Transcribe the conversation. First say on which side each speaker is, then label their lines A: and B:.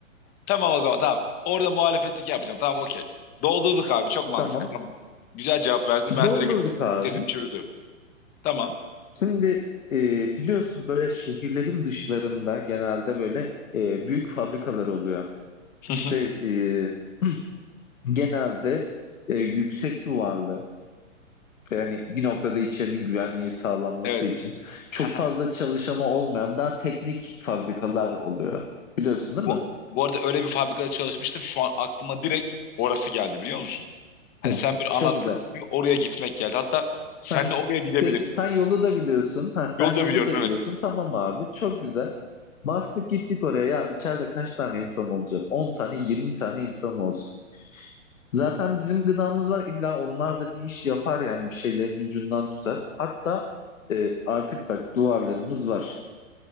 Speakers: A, on the left; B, on the left.
A: Tamam o zaman tamam. Orada muhalefetlik yapmayacağım. Tamam okey. Doldurduk abi çok mantıklı
B: tamam
A: tamam. Güzel cevap verdin ben
B: doldurduk
A: direkt
B: abi.
A: sesim çürüdü. Tamam.
B: Şimdi e, biliyorsun böyle şehirlerin dışlarında genelde böyle e, büyük fabrikalar oluyor.
A: <laughs>
B: İşte e, <clears throat> genelde e, yüksek duvarlı yani bir noktada içerinin güvenliği sağlanması
A: Evet.
B: için çok
A: Aha.
B: fazla çalışanı olmayan daha teknik fabrikalar oluyor. Biliyorsun değil
A: Bu,
B: mi?
A: bu arada öyle bir fabrikada çalışmıştım. Şu an aklıma direkt orası geldi biliyor musun? Hani
B: Ya.
A: sen böyle
B: Çok
A: anlattığın
B: güzel.
A: gibi oraya gitmek geldi. Hatta senle
B: Ha, sen,
A: oraya gidebiliriz.
B: sen yolu da biliyorsun. Ha, sen
A: Yolda
B: yolu
A: biliyorum
B: da
A: evet.
B: biliyorsun. Tamam abi. Çok güzel. Bastık gittik oraya. Ya içeride kaç tane insan olacak? on tane, yirmi tane insan olsun. Zaten bizim gıdamız var illa onlar da bir iş yapar yani bir şeylerin ucundan tutar. Hatta e, artık bak duvarlarımız var.